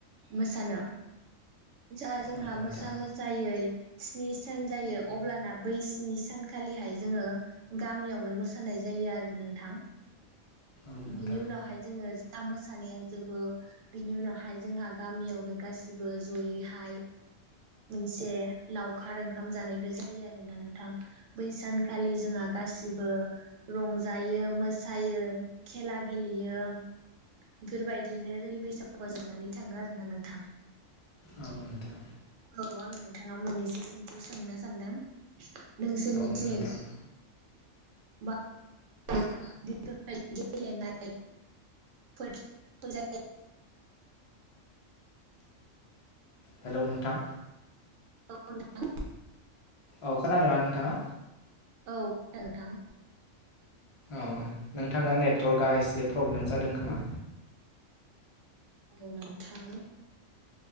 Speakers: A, on the right; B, on the left.
A: मोसानो जा जोंहा
B: औ नोंथां
A: मोसा मोसायै स्नि सान जायो अब्लाना बै स्नि सानखालिहाय जोङो गामियावनो मोसानाय जायो आरो नोंथां
B: औ नोंथां औ नोंथां
A: बिनि उनावहाय जोङो जा मोसानाया जोबो बिनि उनावहाय जोंहा गामियावनो गासिबो जयैहाय मोनसे लावखार ओंखाम जानायबो जायो आरोना नोंथां बै सानखालि जोंहा गासिबो रंजायो मो सायो खेला गेलेयो बेफोरबायदियैनो जोंनि बैसागु फोजाबनानै थाङो आरोना नोंथां।
B: औ नोंथां
A: औ आं नोंथांनाव मोननैसो सोंथि सोंनो सानदों। नोंसोरनिथिं
B: औ नोंथां
A: बा <unintelligible>
B: <unintelligible> हेलौ नोंथां
A: औ नोंथां
B: अ खोनादोंना नोंथाङा
A: औ खोनादों नोंथां
B: औ नोंथांना नेटवर्कआ एसे प्रब्लेम जादों खोमा
A: औ नोंथां